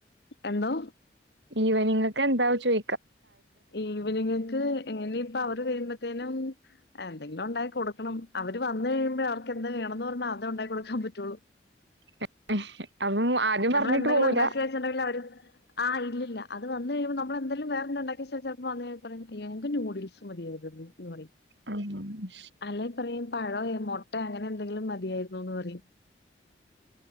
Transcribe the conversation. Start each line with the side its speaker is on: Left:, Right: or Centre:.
Left: എന്തോ
Right: ഇവനിങ്ങ ഒക്കെ എന്താ ചോദ
Left: ഈവനിങ്ങയ്ക് എങ്ങനെ അപ്പൊ അവര് വരുമ്പോത്തേനും എന്തെങ്കിലും ഉണ്ടായി കൊടുക്ക ണം അവര് വന്നു കഴിയ്പോ അവർ എന്തന്ത് വേണംന്ന് പറഞ്ഞാ അത ഉണ്ടാക്കി കൊടുക്കാൻ പറ്റുള്ളൂ
Right: <inaudible> ആദ്യം
Left: നമ്മളെന്തെങ്കിലും
Right: പറഞ്ഞിട്ട് പോവൂല.
Left: ഉണ്ടാക്കി വെച്ചിട്ടുണ്ടെങ്കിൽ അവര് ആഹ് ഇല്ല അത് വന്ന് കഴിയുമ്പൾ നമ്മൾ എന്തായാലും വേറെന്തണ്ടാക്കി ചിലപ്പോ വ കഞ്ഞ എങ്ങക്ക് നയൂഡിൽസ് മതിയായിരുന്നു പറ
Right: ആഹ്
Left: അല്ല പറയാ പഴം മൊട്ട അങ്ങനെ എന്തെങ്കിലും മതിയായിരുന്നുന്ന് പറയും